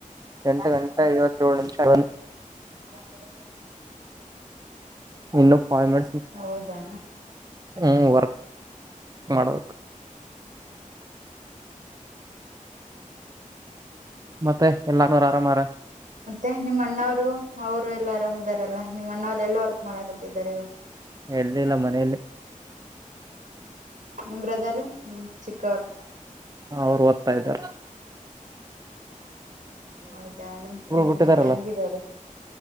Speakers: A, on the right; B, on the right.
A: ಎಂಟು ಗಂಟೆ ಐಯ್ವತ್ಯೆಲ್ ನಿಮಿಷ <unintelligible>
B: <unintelligible>
A: ಇನ್ನು ಫೈವ್ ಮಿನಿಟ್ಸ್
B: ಹೌದಾ
A: ಹ್ಞ ವರ್ಕ್ ಮಾಡಬೇಕು. ಮತ್ತೆ ಎಲ್ಲಾರು ಆರಾಮಾರ
B: ಮತ್ತೆ ನಿಮ್ಮ ಅಣ್ಣವರು ಅವರು ಎಲ್ಲ. ಆರಾಮ ಇದಾರಲ್ಲಾ ನಿಮ್ಮ ಅಣ್ಣವ್ರು ಎಲ್ಲ ವರ್ಕ್ ಮಾಡಕತ್ತಿದ್ದಾರೆ ಇವ
A: ಎಲ್ಲಿಲ್ಲ ಮನೆಯಲ್ಲಿ
B: ನಿಮ್ ಬ್ರದರ್ ಚಿಕ್ಕವರು.
A: ಅವ್ರು ಓದ್ತಾ ಇದ್ದಾರ.
B: ಹೌದಾ ನಿಮ್ ನಿಮ
A: ಬಿಟ್ಟಿದಾರಲ್ಲ
B: ತ ತಂಗಿದವರು